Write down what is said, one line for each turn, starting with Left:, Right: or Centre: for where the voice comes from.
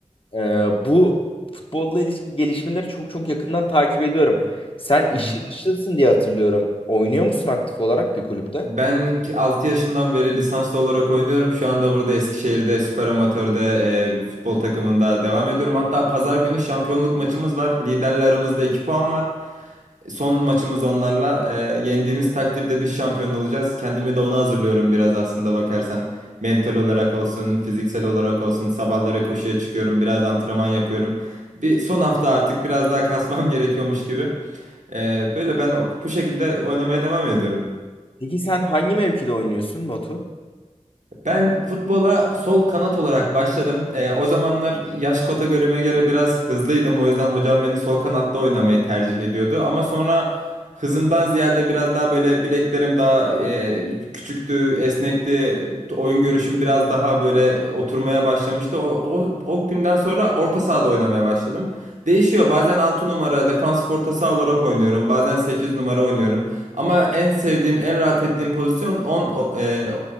Left: ee, bu futbolla ilişki gelişmeleri çok çok yakından takip ediyorum. Sen işçi
Right: Hı hı.
Left: dışısın diye hatırlıyorum. Oynuyor musun aktif olarak bir kulüpte?
Right: Ben 6 yaşından beri lisanslı olarak oynuyorum. Şu anda burada Eskişehir'de süper amatörde e, bir futbol takımında devam ediyorum. Hatta pazar günü şampiyonluk maçımız var. Liderle aramızda 2 puan var. Son maçımız onlarla. E, yendiğimiz takdirde biz şampiyon olacağız. Kendimi de ona hazırlıyorum biraz aslında bakarsan. Mental olarak olsun, fiziksel olarak olsun. Sabahları koşuya çıkıyorum, biraz antrenman yapıyorum. Bir son hafta artık biraz daha kasmam <laughs> gerekiyormuş gibi. Ee, böyle ben o- bu şekilde oynamaya devam ediyorum.
Left: Peki sen hangi mevkide oynuyorsun Batu?
Right: Ben futbola sol kanat olarak başladım. Ee, o zamanlar yaş kategorime göre biraz hızlıydım. O yüzden hocam beni sol kanatta oynamayı tercih ediyordu. Ama sonra hızımdan ziyade biraz daha böyle bileklerim daha e, küçüktü, esnekti. Oyun görüşüm biraz daha böyle oturmaya başlamıştı. O, o, o günden sonra orta sahada oynamaya başladım. Değişiyor. Bazen 6 numara defansif orta saha olarak oynuyorum. Bazen 8 numara oynuyorum. Ama en sevdiğim, en rahat ettiğim pozisyon on o- e,